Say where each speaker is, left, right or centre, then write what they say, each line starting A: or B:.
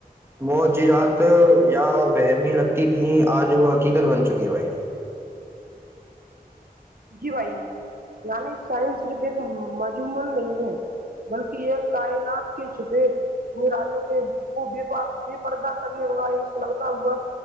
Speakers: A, on the right; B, on the right.
A: م جرات یا ومی لگتی تھھی آج وہ حقیقت بن چکی ہے بھائی جان
B: جی بھائی یعنی سائنس صرف ایک مجومن نہیں ہے بلکہ ایک کائنات کے چھپے راجوں کے کو ب بے پردہ کرنے والا ایک سگتا ہوا